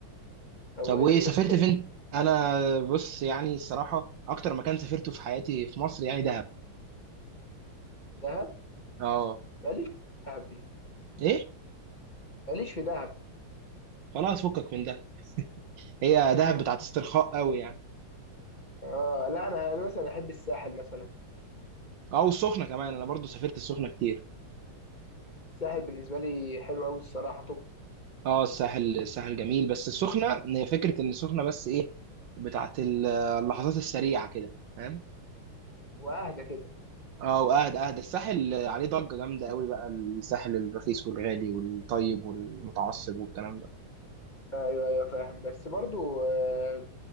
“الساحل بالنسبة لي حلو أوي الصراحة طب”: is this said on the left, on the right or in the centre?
Left